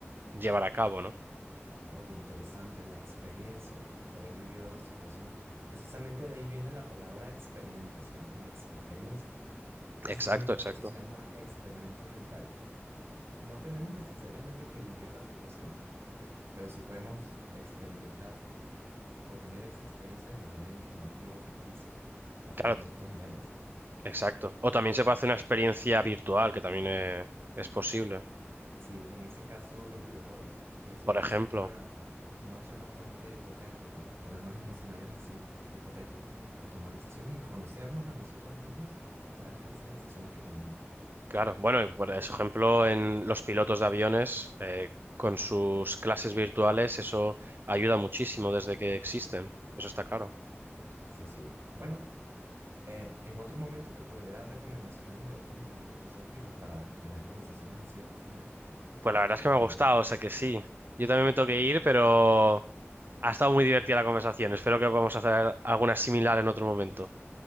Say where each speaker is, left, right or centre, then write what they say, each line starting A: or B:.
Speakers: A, on the right (about 45°); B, on the right (about 65°).
A: llevar a cabo, ¿no?
B: Oye, interesante la experiencia de haber vivido la situación. Precisamente de ahí viene la palabra experimentación, de experiencia. Precisamente
A: Exacto, exacto.
B: por eso se llama experimento mental. No tenemos necesariamente que vivir la situación, pero sí podemos experimentar o tener esa experiencia de manera imaginativa o ficticia a través
A: Claro,
B: de estos dilemas.
A: exacto. O también se puede hacer una experiencia virtual, que también eh, es posible.
B: Sí, en ese caso los videojuegos pienso
A: Por
B: yo
A: ejemplo.
B: que son una, una opción bastante potente para ponernos en escenarios así hipotéticos y tomar decisiones y conocernos a nosotros mismos a través de esas decisiones que tomamos.
A: Claro, bueno, y por ejemplo, en los pilotos de aviones, eh, con sus clases virtuales, eso ayuda muchísimo desde que existen, eso está claro.
B: Sí, sí. Bueno, eh, en otro momento te podría dar recomendaciones de otros dilemas filosóficos para tener conversaciones así de profundas,
A: Pues la verdad es que
B: pero
A: me ha gustado, o sea que sí. Yo también me tengo que ir, pero ha estado muy divertida la conversación. Espero que podamos hacer alguna similar en otro momento.